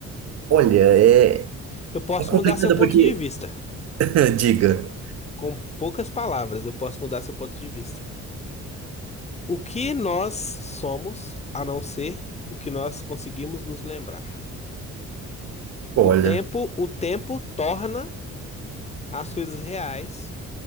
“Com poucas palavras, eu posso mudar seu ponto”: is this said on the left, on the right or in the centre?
Left